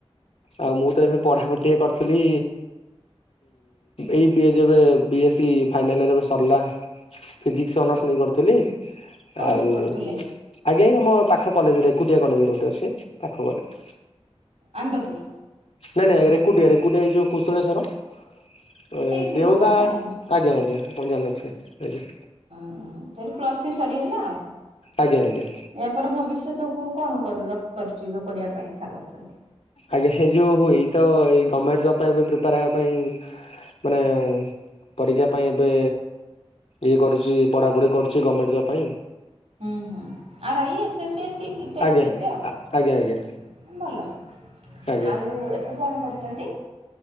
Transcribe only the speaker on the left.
ଆଉ ମୁଁ ତ ଏବେ ପଢାପଢ଼ି ଟିିକେ କରିଥିଲି। ଏଇ ଏବେ ବି ଏ ସି ଫାଇନାଲ ଇଅର ଏବେ ସରିଲା। ଫିଜିକ୍ସ ଅନର୍ସ ନେଇ କରୁଥିଲି
ଆଉ
ଆଜ୍ଞା ଆମ ଏଇ ପାଖ କଲେଜରେ ଏକୁଟିଆ କଲେଜରେ ଗୋଟେ ଅଛି ପାଖ କଲେଜ।
ନାଇଁ ନାଇଁ ରେକୁଟିଆ ରେକୁଟିଆ ଏଇ ଯୋଉ କୁଶଳେସ୍ଵର।
ଦେଓଙ୍ଗା
ଆଜ୍ଞା ଆଜ୍ଞା ଆପଣ ଜାଣିନଥିବେ ଆଜ୍ଞା।
ଆଜ୍ଞା ଆଜ୍ଞା।
ଆଜ୍ଞା ଏ ଯୋଉ ଏଇ ତ ଏଇ ଗମେଣ୍ଟ ଜବ ପାଇଁ ପ୍ରିପେୟାର ହେବା ପାଇଁ ମାନେ ପରୀକ୍ଷା ପାଇଁ ଏବେ ଇଏ କରୁଛି ପଢାପଢି କରୁଛି ଗମେଣ୍ଟ ଜବ ପାଇଁ।
ଆଜ୍ଞା
ଆଜ୍ଞା ଆଜ୍ଞା
ଆଜ୍ଞା